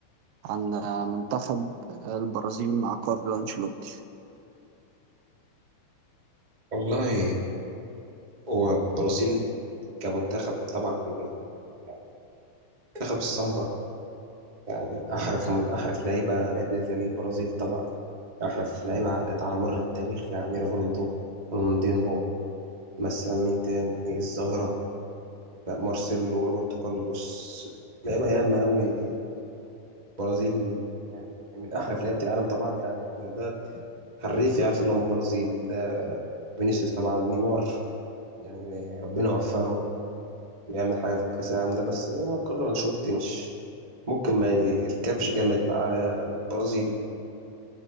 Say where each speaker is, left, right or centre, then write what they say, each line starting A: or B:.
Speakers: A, on the right; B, on the right.
A: عن منتخب البرازيل مع كارلو أنشيلوتي
B: والله هو البرازيل كمنتخب طبعا يعني منتخب السامبا يعني أحرف من أحرف لعيبة لعيبة البرازيل طبعا أحرف لعيبة جت على مر التاريخ يعني ريفالدو رونالدينهو مثلا مين تاني الظاهرة لا، مارسيلو وروبرتو كارلوس لعيبة ياما أوي البرازيل يعني من أحرف لعيبة العالم طبعا يعني ده حريف يعرف اللي هو من البرازيل آه، فينيسيوس طبعا نيمار يعني ربنا يوفقه يعمل حاجة في كأس العالم ده بس هو كارلو أنشيلوتي مش ممكن ما يركبش جامد مع البرازيل